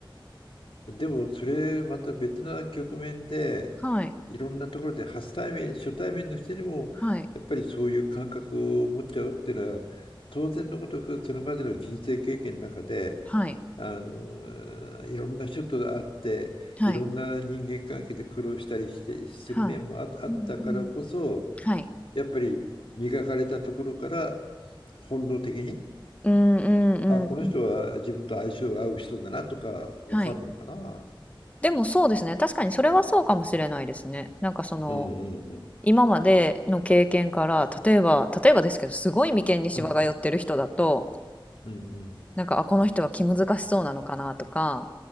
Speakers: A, on the left; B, on the left.
A: でもそれまた別な局面で
B: はい、
A: いろんなところで初対面初対面の人にもやっぱりそういう感覚を持っちゃうっていうのは当然のことくそれまでの人生経験の中で
B: はい、はい、
A: あのいろんな人と会っていろんな人間関係で苦労したりしてする面もあったからこそ
B: はい、はい。うん、うん。はい。
A: やっぱり磨かれたところから本能的に、
B: うん、うん、うん、
A: あ、この人は自分と相性合う人だなとかわかるのかな。
B: うん。はい。でもそうですね。確かにそれはそうかもしれないですね。なんかその、
A: うんうん
B: 今までの経験から、例えば、例えばですけど、すごい眉間にシワが寄ってる人だと、
A: うん。うん、うん、
B: なんか、あ、この人は気難しそうなのかなとか、